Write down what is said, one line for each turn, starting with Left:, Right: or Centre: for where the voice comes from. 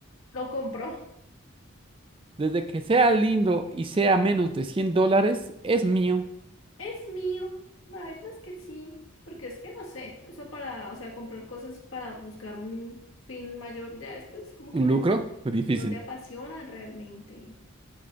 Left: lo compro.
Right: Desde que sea lindo y sea menos de 100 dólares, es mío.
Left: Es mío, la verdad es que sí, porque es que no sé, eso para, o sea, comprar cosas para buscar un fin mayor ya después como
Right: ¿Un
Left: que
Right: lucro? Pues Difícil.
Left: no te apasionan realmente.